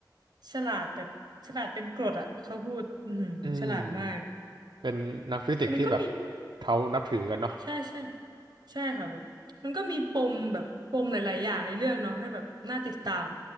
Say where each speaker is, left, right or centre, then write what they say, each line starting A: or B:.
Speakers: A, on the right (about 60°); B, on the right (about 80°).
A: ฉลาดแบบฉลาดเป็นกรดอ่ะเขาพูดอือหือฉลาดมาก
B: อืม เป็นนักฟิสิกส์ที่แบบ
A: แต่มันก็มี
B: เขานับถือกันเนาะ
A: ใช่ใช่ใช่ค่ะแบบมันก็มีปมแบบปมหลายๆอย่างในเรื่องเนาะให้แบบน่าติดตาม